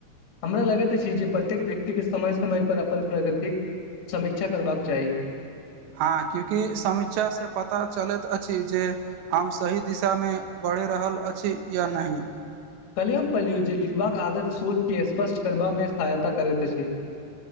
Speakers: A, on the left; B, on the right.
A: हमरा लगैत अछि जे प्रत्येक व्यक्तिके समय समय पर अपन प्रगतिक समीक्षा करबाक चाही।
B: हँ क्यूंकि समीक्षा से पता चलैत अछि जे हम सही दिशामे बढ़े रहल अछि या नहि?
A: कलियम पल्लू जे लिखबाक आदत सोचके स्पष्ट करबामे सहायता करैत अछि।